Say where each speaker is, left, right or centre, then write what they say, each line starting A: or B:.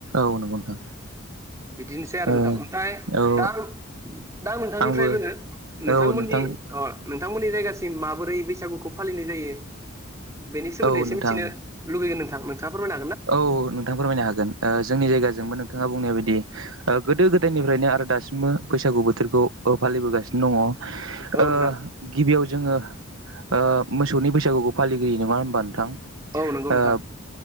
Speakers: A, on the right; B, on the right.
A: औ नंगौ नोंथां।
B: बिदिनोसै आरो
A: ओ
B: नोंथां। ओमफ्राय
A: औ
B: दा-दा नोंथांनिफ्रायबो
A: आंबो
B: नोंथांमोननि
A: औ नोंथां
B: नि नोंथांमोननि जायगासिम माबोरै बैसागुखौ फालिनाय जायो बेनि सो सोमोन्दै
A: औ
B: एसे
A: नोंथां
B: मिथिनो लुबैयो नोंथां। नोंथाङा फोरमायनो
A: औ नोंथां फोरमायनो हागोन। ओ जोंनि जायगाजोंबो नोंथाङा बुंनाय बायदि‌ गोदो गोदायनिफ्रायनो आरो दासिमबो बैसागु बोथोरखौ ओ फालिबोगासिनो दङ'।
B: हागोन
A: ओ
B: ना
A: गिबियाव जोङो ओ मोसौनि बैसागुखौ फालिग्रोयो, नङा होनबा नोंथां?
B: औ नंगौ नोंथां।
A: ओ